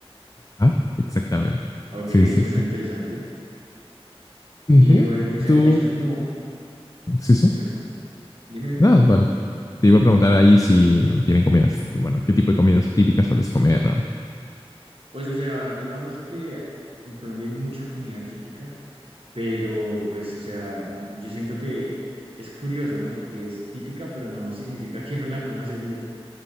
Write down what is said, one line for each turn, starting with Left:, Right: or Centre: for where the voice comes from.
Left: Ah, exactamente.
Right: Ok,
Left: Sí, sí,
Right: suena
Left: sí.
Right: interesante.
Left: Ujú.
Right: Y bueno, y o sea,
Left: Tú,
Right: y eso es como,
Left: sí, sí.
Right: dime, dime, dime.
Left: Nada, bueno, te iba a preguntar ahí si tienen comidas, bueno, qué tipo de comidas típicas sueles comer o...
Right: Pues o sea, digamos que en Colombia hay mucha comida típica, pero pues o sea, n- yo siento que es curioso, ¿no? Porque es típica, pero no significa que no la coma seguido.